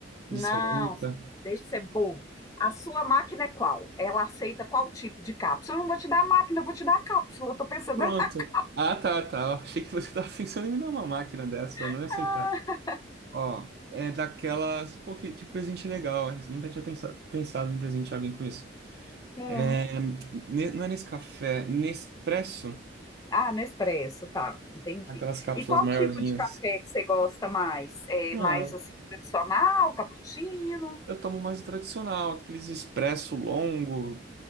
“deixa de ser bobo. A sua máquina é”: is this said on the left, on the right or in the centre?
Left